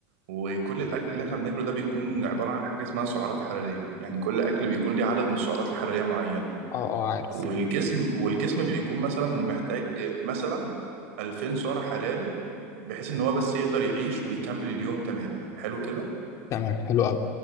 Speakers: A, on the right; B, on the left.
A: وكل الأكل اللي احنا بناكله ده بيكون عبارة عن حاجة اسمها سعرات حرارية يعني كل أكل بيكون ليه عدد من السعرات الحرارية معينة
B: اه اه عارف
A: والجسم والجسم بيكون مثلا محتاج مثلا 2000 سعر حراري بحيث إن هو بس يقدر يعيش ويكمل اليوم تمام حلو كده
B: تمام حلو قوي